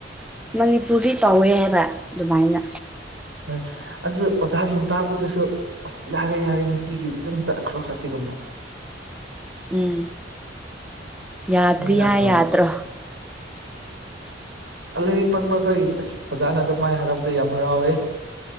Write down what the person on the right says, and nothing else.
ꯍꯣꯏ ꯑꯗꯨ ꯑꯣꯖꯥꯁꯤꯡ ꯇꯥꯔꯛꯄꯗꯁꯨ ꯑꯁ ꯌꯥꯔꯦ ꯌꯥꯔꯦ ꯉꯁꯤꯒꯤꯗꯤ ꯑꯗꯨꯝ ꯆꯠꯈ꯭ꯔꯣ ꯑꯁꯤꯒꯨꯝꯕ
ꯂꯣꯏ ꯌꯥꯝ
ꯇꯧꯋꯦꯕ꯭ꯔꯣ
ꯂꯥꯏꯔꯤꯛ ꯄꯪꯕ ꯑꯩꯈꯣꯏꯒꯤꯗꯤ ꯑꯁ ꯑꯣꯖꯥꯅ ꯑꯗꯨꯝ ꯃꯥꯏ ꯍꯥꯏꯔꯛꯄꯗꯣ ꯌꯥꯝ ꯍꯔꯥꯎꯋꯦ